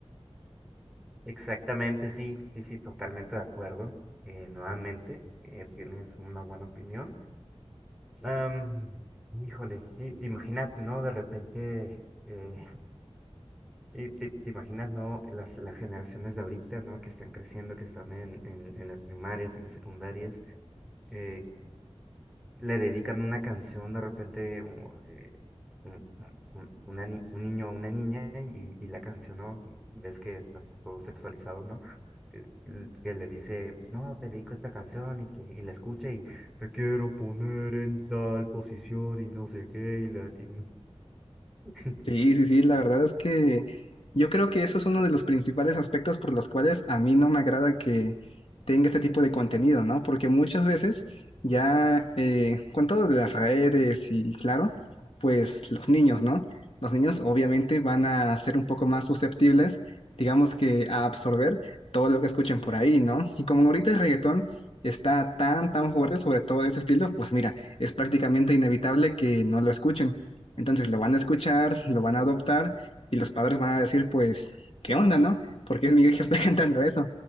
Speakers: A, in the centre; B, on the left.
A: Exactamente, sí, sí, sí, totalmente de acuerdo. Eh, nuevamente, eh, tienes una buena opinión. Am, híjole, i- imagínate, ¿no? De repente, eh, Y te, te imaginas, ¿no? Las, las generaciones de ahorita, ¿no? Que están creciendo, que están en, en, en las primarias, en las secundarias, eh, le dedican una canción de repente o, eh, un, un- una ni- un niño a una niña y, y la canción, ¿no? Ves que está todo sexualizado, ¿no? Que, que le dice, no, te dedico esta canción y que y la escucha y te quiero poner en tal posición y no sé qué y la... ti- <laughs>
B: Sí, sí, sí, la verdad es que yo creo que eso es uno de los principales aspectos por los cuales a mí no me agrada que tenga este tipo de contenido, ¿no? Porque muchas veces ya eh, con todo de las redes y claro, pues los niños, ¿no? Los niños obviamente van a ser un poco más susceptibles, digamos que a absorber todo lo que escuchen por ahí, ¿no? Y como ahorita el reggaetón está tan, tan fuerte sobre todo ese estilo, pues mira, es prácticamente inevitable que no lo escuchen. Entonces lo van a escuchar, lo van a adoptar y los padres van a decir, pues, ¿qué onda, no? Porque es mi hijo está <laughs> cantando eso.